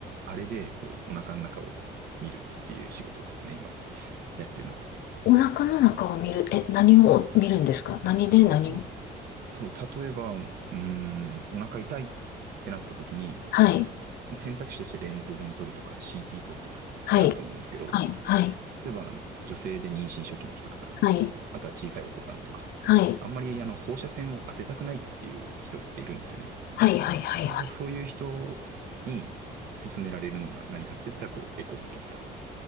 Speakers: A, on the right; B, on the left.
A: あれで、こう、お腹の中を見るっていう仕事ですね、今、やってるのが。
B: お腹の中を見る、え、何を見るんですか何で何を
A: そそう、例えば、うーん、お腹痛いってなった時に、
B: はい。
A: まあ選択肢としてレントゲン取るとか CT 取るとかってあると思うんですけど、
B: はい。はい。はい。
A: 例えば女性で妊娠初期の人とか、
B: はい。
A: あとは小さいお子さんとか、
B: はい。
A: あんまりあの放射線を当てたくないっていう人っているんですよね。
B: はい。はい。はい。
A: だからそういう人に勧められるのが何かって言ったらこうエコーの検査。
B: はい。